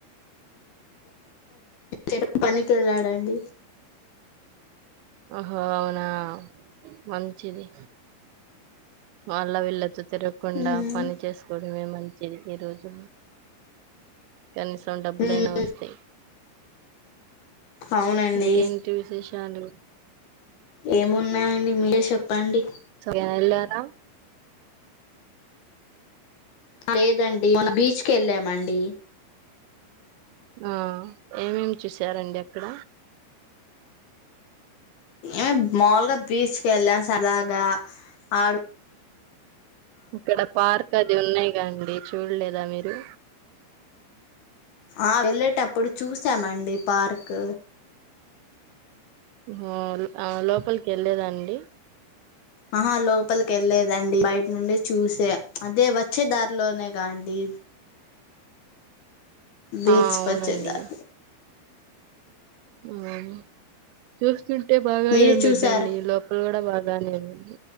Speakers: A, on the left (about 65°); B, on the right (about 90°).
A: లేరు పనికి వెళ్ళాడండి
B: ఆహో అవునా మంచిది మాళ్ళ వెళ్ళ తిరగకుండా
A: ఉమ్
B: పని చేసుకోవడం మేము చెరి ఏ రోజు కనీసం డబ్బులైనా
A: ఉమ్
B: వస్తాయి
A: అవునండి
B: ఇంకేంటి విశేష చాలు
A: ఏమున్నాయండి మీలే చెప్పండి
B: సే ఎల్లర
A: లేదండి మన బీచ్కి వెళ్ళామండి
B: ఆ ఏమేమి చూసారండి అక్కడ
A: ఏమ మాములుగా బీచ్ ఎల్ల సరదగా ఆరు
B: ఇక్కడ పార్క్ అది ఉన్నాయిగాండి చూడ్ లేదా మీరు
A: ఆ వెళ్ళేటప్పుడు చూసామండి పార్క్
B: హ్మ్ అ లోపలికి వెళ్ళలేదాండి
A: ఆహా లోపల్ వేళ్ళలేదండి బయట నుండే చూస అదే వచ్చే దారిలోనే కా అండి బీచ్
B: ఆ అవునండి
A: పచ్చే దాబ
B: అ చూస్ చూస్తుంటే ట బాగానే
A: మీరు
B: ఉండద్దండి
A: చూసారా
B: లోపల కూడా బాగానే ఉది